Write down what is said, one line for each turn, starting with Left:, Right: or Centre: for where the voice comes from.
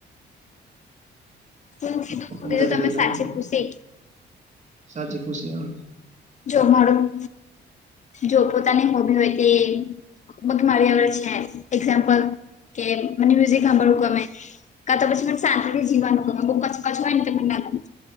Left: હું કીધું
Right: છે અંદાજે
Left: એ તમે
Right: એટલે
Left: સાચી
Right: થોડું
Left: ખૂસે
Right: સાચી ખુશી અ.
Left: જો માડું, જો પોતાને હોબી ઓય તે ઓત મારી આગડ છે, એક્ઝામ્પલ કે મને મ્યુઝિક હાંભળવું ગમે. કા તો પછી મને સાંતી તી જીવાનું ગમે, બો કચકચ ઓય ન ત મને ના ગમે.